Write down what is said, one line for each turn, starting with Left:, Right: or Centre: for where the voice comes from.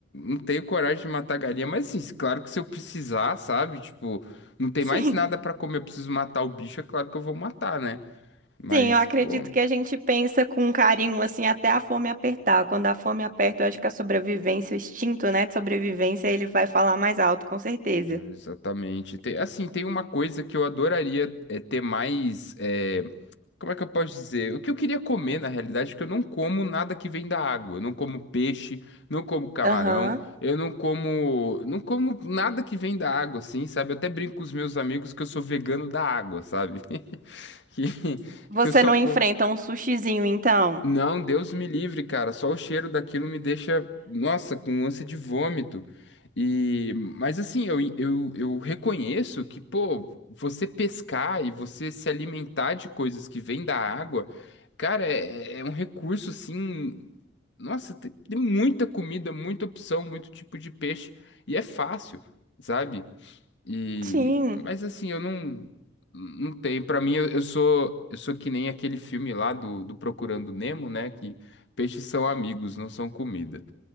Left: não tenho coragem de matar galinha. Mas assim, claro que se eu precisar, sabe? Tipo, não tem
Right: Gente.
Left: mais nada pra comer, eu preciso matar o bicho, é claro que eu vou matar, né? Mas,
Right: Sim, eu acredito
Left: pô.
Right: que a gente pensa com carinho, assim, até a fome apertar. Quando a fome aperta, eu acho que a sobrevivência, o instinto, né, de sobrevivência, ele vai falar mais alto, com certeza.
Left: Exatamente. Tem- assim, tem uma coisa que eu adoraria é, ter mais. é, como é que eu posso dizer? O que eu queria comer, na realidade, é que eu não como nada que vem da água. Eu não como peixe, não como camarão,
Right: Aham.
Left: eu não como. Não como nada que vem da água, assim, sabe? Eu até brinco com os meus amigos que eu sou vegano da água, sabe? <laughs> Que,
Right: Você
Left: que eu só
Right: não
Left: como.
Right: enfrenta um sushizinho, então?
Left: Não, Deus me livre, cara. Só o cheiro daquilo me deixa, nossa, com ânsia de vômito. E, mas assim, eu, eu, eu reconheço que, pô, você pescar e você se alimentar de coisas que vêm da água, cara, é, é é um recurso assim. Nossa, tem, tem muita comida, muita opção, muito tipo de peixe. E é fácil, sabe? E,
Right: Sim.
Left: mas assim, eu não, não tenho. Pra mim, eu, eu sou, eu sou que nem aquele filme lá do, do Procurando Nemo, né? Que peixes são amigos, não são comida.